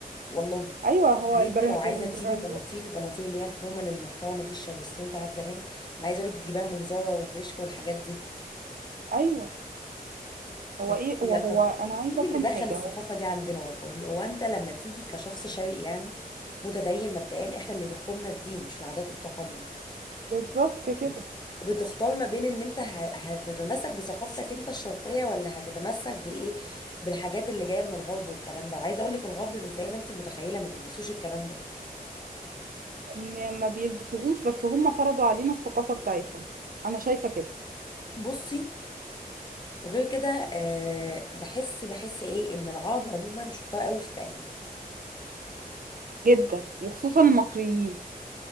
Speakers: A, on the left; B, on the right.
A: والله
B: ايوه هو
A: يعني
B: البر...
A: انت لو عايزه
B: البراندات
A: تجيبي بناطيل البناطيل اللي هي الفورمه للمحترمه دي الشارلستون بتاعت زمان انا عايزه اقول لك بتجيبها من زارا وبريشكا والحاجات دي
B: ايوه هو
A: لكن
B: ايه
A: يا
B: هو هو
A: طب
B: انا عايزه
A: مين
B: افهم
A: اللي دخل
B: حاجه
A: الثقافه
B: هو
A: دي عندنا والله هو انت لما تيجي كشخص شرقي يعني متدين مبدئيا احنا اللي بيحكمنا الدين مش العادات والتقاليد
B: بالظبط كده
A: بتختار ما بين ان انت ه- هتتمسك بثقافتك انت الشرقيه ولا هتتمسك بايه بالحاجات اللي جايه من الغرب والكلام ده وعايزه اقول لك الغرب مش زي ما انت متخيله ما بيلبسوش الكلام ده
B: م- ما بيلبسوهوش بس هم فرضوا علينا الثقافة بتاعتهم انا شايفة كده
A: بصي وغير كده آه بحس بحس ايه ان العرب عموما شطار قوي في التقليد
B: جدا وخصوصا المصريين